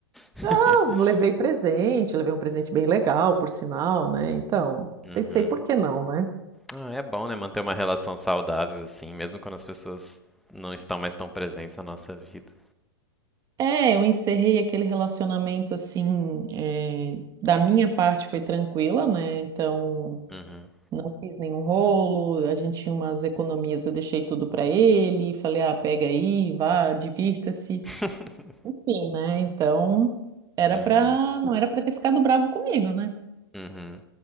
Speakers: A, in the centre; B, on the right.
A: <laughs>
B: Eu levei presente, levei um presente bem legal, por sinal, né? Então,
A: Uhum.
B: pensei, por que não, né?
A: Ah, é bom, né? Manter uma relação saudável assim, mesmo quando as pessoas não estão mais tão presentes na nossa vida.
B: É, eu encerrei aquele relacionamento assim, eh, da minha parte foi tranquila, né? Então,
A: Uhum.
B: não fiz nenhum rolo, a gente tinha umas economias, eu deixei tudo pra ele, falei, ah, pega aí, vá, divirta-se.
A: <laughs>
B: Enfim, né? Então, era
A: Uhum.
B: pra, não era pra ter ficado bravo comigo, né?
A: Uhum.